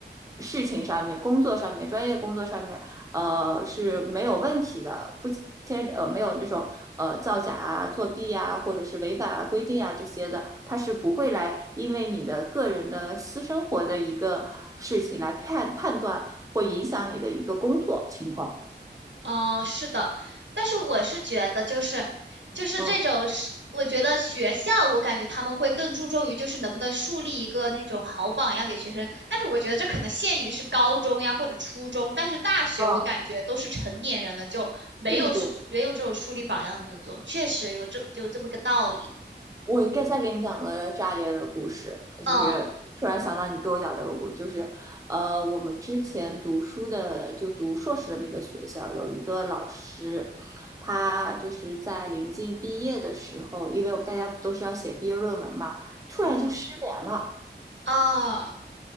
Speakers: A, on the right; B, on the right.
A: 事情上面、工作上面、专业工作上面呃是没有问题的，不牵呃没有这种呃造假啊、作弊啊，或者是违反啊规定啊这些的，它是不会来因为你的个人的私生活的一个事情来判判断或影响你的一个工作情况。
B: 哦，是的，但是我是觉得，就是就是这种是，
A: 嗯
B: 我觉得学校，我感觉他们会更注重于就是能不能树立一个那种好榜样给学生，但是我觉得这可能限于是高中呀或者初中，但是大学我感觉都是成年人了，
A: 嗯，
B: 就没有没有这种树立榜样的那种作用，
A: 对对对，
B: 确实有这有这么个道理。
A: 我再再给你讲个炸裂的故事，
B: 嗯
A: 就是突然想到你给我讲这个故事，就是呃，我们之前读书的就读硕士的那个学校有一个老师，他就是在临近毕业的时候，因为大家不都是要写毕业论文嘛，突然就失联了，
B: 嗯啊，